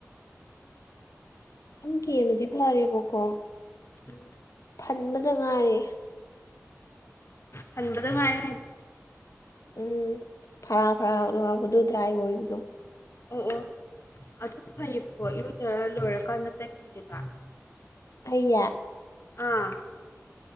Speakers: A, on the left (about 80°); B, on the left (about 55°).
A: ꯍꯪ ꯀꯅꯗꯤ ꯐꯔꯦꯕꯣꯀꯣ
B: ꯎꯝ
A: ꯈꯟꯕꯗ ꯉꯥꯏꯔꯦ
B: ꯍꯟꯕꯗꯣ ꯉꯥꯏꯔꯦ ꯍꯥꯏ
A: ꯎꯝ ꯐꯔꯥ ꯐꯔꯥꯗꯨ ꯗ꯭ꯔꯥꯏ ꯑꯣꯏꯗ
B: ꯑꯣ ꯑꯣ ꯑꯗꯨꯁꯨ ꯐꯩꯌꯦꯕꯀꯣ ꯏꯔꯣꯏꯖꯔ ꯂꯣꯏꯔꯀꯥꯟꯗ ꯇꯩꯗꯣꯏꯅꯦꯦꯕ
A: ꯑꯌꯥ
B: ꯑꯥ